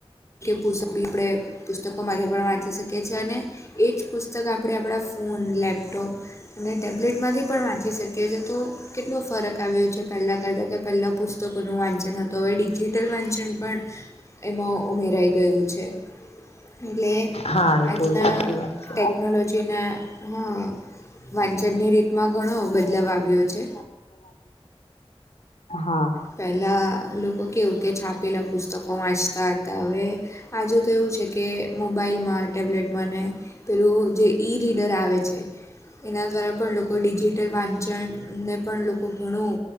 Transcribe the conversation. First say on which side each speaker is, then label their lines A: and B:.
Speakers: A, on the left; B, on the left.
A: પુસ્ત બી આપણે પુસ્તકો પણ વાંચી શકીએ છીએ. અને એ જ પુસ્તક આપણે આપણા ફોન, લેપટોપ અને ટેબ્લેટમાંથી પણ વાંચી શકીએ છીએ તો કેટલો ફરક આવ્યો છે. પહેલાં કરતાં કે પહેલાં પુ તો કોઈનું વાંચન હતુ, હવે ડિજિટલ વાંચન પણ એમાં ઉમેરાઈ ગયું છે. એટલે
B: હા એ
A: આજના
B: તો સાચી વાત છે
A: ટેકનોલોજીના હ વાંચનની રીતે માં ઘણો બદલાવ આવ્યો છે.
B: હા.
A: પહેલાં લોકો કેવું કે છાપેલા, પુસ્તકો વાંચતા હતા. હવે આજુ તો એવું છે. કે મોબાઈલમાં ટેબ્લેટમાં ને પેલું જે ઈ રીડર આવે છે. એના દ્વારા પણ લોકો ડિજિટલ વાંચનને પણ લોકો ઘણું